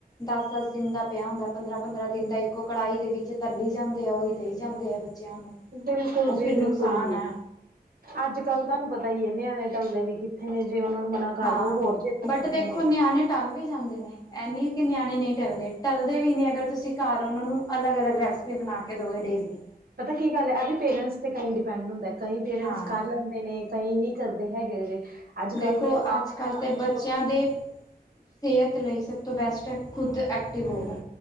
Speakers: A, on the left (about 20°); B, on the right (about 60°).
A: ਦਸ ਦਸ ਦਿਨ ਦਾ ਪਿਆ ਹੁੰਦੈ, ਪੰਦਰਾਂ ਪੰਦਰਾਂ ਦਿਨ ਦਾ ਇੱਕੋ ਕੜਾਹੀ ਦੇ ਵਿੱਚ ਤਲੀ ਜਾਂਦੇ ਆ ਉਹੀ ਦੇਈ ਜਾਂਦੇ ਆ ਬੱਚਿਆਂ ਨੂੰ।
B: ਬਿਲਕੁਲ
A: ਉਹ
B: ਜੀ
A: ਫਿਰ
B: ਬਿਲਕੁਲ।
A: ਨੁਕਸਾਨ ਹੈ
B: ਅੱਜ ਕੱਲ੍ਹ ਤੁਹਾਨੂੰ ਪਤਾ ਹੀ ਐ, ਨਿਆਂਣੇ ਟਲਦੇ ਵੀ ਕਿੱਥੇ ਨੇ ਜੇ ਉਹਨਾਂ ਨੂੰ ਮਨਾ ਕਰ
A: ਹਾਂ
B: ਦੋ ਹੋਰ ਜਿੱਦ
A: ਬਟ
B: ਕਰਦੇ
A: ਦੇਖੋ
B: ਨੇ
A: ਨਿਆਣੇ ਟਲ ਵੀ ਜਾਂਦੇ ਨੇ, ਇਹਨੀ ਕਿ ਨਿਆਣੇ ਨਹੀਂ ਟਲਦੇ ਟਲਦੇ ਵੀ ਨੇ, ਅਗਰ ਤੁਸੀਂ ਘਰ ਉਹਨਾਂ ਨੂੰ ਅਲੱਗ ਅਲੱਗ ਰੈਸਪੀ ਬਣਾ ਕੇ ਦੋਗੇ ਡੇਲੀ।
B: ਪਤਾ ਕੀ ਗੱਲ ਐ, ਇਹ ਵੀ ਪੇਰੈਂਟਸ ਤੇ ਕਈ ਡਿਪੈਂਡ ਹੁੰਦੈ ਕਈ ਪੇਰੈਂਟਸ
A: ਹਾਂ
B: ਕਰ ਲੈਂਦੇ ਨੇ ਕਈ ਨੀ ਕਰਦੇ ਹੈਗੇ ਜੇ। ਅੱਜ
A: ਦੇਖੋ
B: ਕੱਲ੍ਹ ਦੇ ਮਾਂ
A: ਅੱਜ
B: ਪਿਓ
A: ਕੱਲ੍ਹ ਤੇ ਬੱਚਿਆਂ ਦੀ ਸਿਹਤ ਲਈ ਸਭ ਤੋਂ ਬੈਸਟ ਐ, ਖੁਦ ਐਕਟਿਵ ਹੋਵੋ